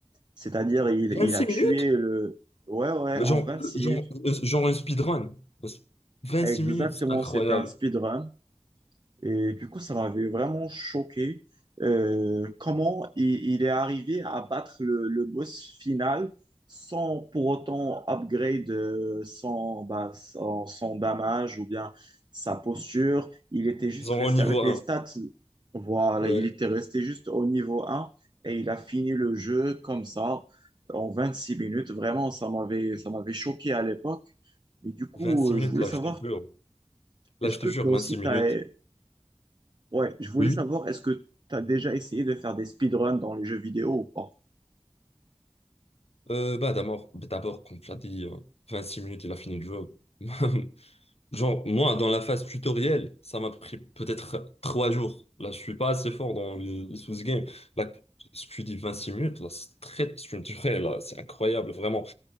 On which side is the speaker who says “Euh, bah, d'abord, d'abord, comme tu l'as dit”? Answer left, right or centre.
Left